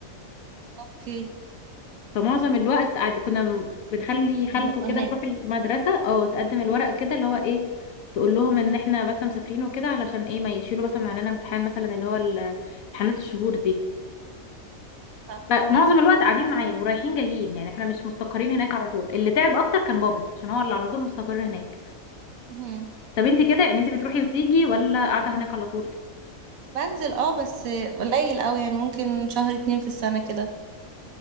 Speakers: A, on the right; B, on the left.
A: اوكي
B: فمعظم الوقت عادي كنا م- بنخلي خالته
A: نبقى
B: كده
A: هناك
B: تروح المدرسه او تقدم الورق كده اللي هو ايه تقول لهم ان احنا بس مسافرين وكده علشان ايه ما يشيلوا مثلا علينا امتحان مثلا اللي هو ال- امتحانات الشهور دي
A: صح
B: فمعظم
A: صح.
B: الوقت قاعدين معاه ورايحين جايين يعني احنا مش مستقرين هناك على طول اللي تعب اكتر كان بابا عشان هو اللي على طول مستقر هناك
A: مهم.
B: طب انت كده يعني انت بتروحي وتيجي ولا قاعده هناك على طول
A: بنزل اه بس قليل قوي يعني ممكن شهر اتنين في السنة كده